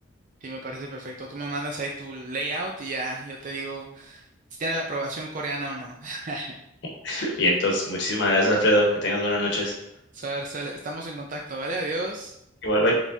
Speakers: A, on the right; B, on the left.
A: Sí, me parece perfecto. Tú me mandas ahí tu layout y ya yo te digo si tiene la aprobación coreana o no. <laughs>
B: <laughs> Bien, entonces muchísimas gracias, Alfredo, que tengas buenas noches.
A: Saber, sale. Estamos en contacto, ¿vale? Adiós.
B: Igual, bye.